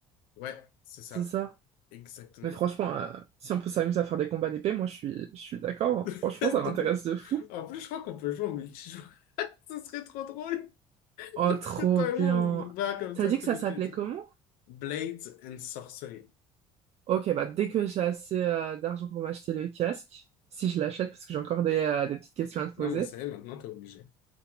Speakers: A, on the left; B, on the right.
A: Ouais, c'est ça.
B: C'est ça.
A: Exactement.
B: Mais franchement, euh, si on peut s'amuser à faire des combats d'épée, moi je suis, je suis d'accord. hein. Franchement,
A: <laughs>
B: ça m'intéresse de fou.
A: En plus, je crois qu'on peut jouer en multijoueur. <laughs> Ce serait trop drôle.
B: Oh, trop
A: Que toi
B: bien.
A: et moi, on se bat comme
B: T'as
A: ça,
B: dit
A: coup
B: que ça
A: de
B: s'appelait
A: pète.
B: comment?
A: Blades and Sorcery.
B: Ok, bah dès que j'ai assez euh, d'argent pour m'acheter le casque, si je l'achète, parce que j'ai encore des, euh, des petites questions à te poser.
A: Non, mais ça y est, maintenant, t'es obligé.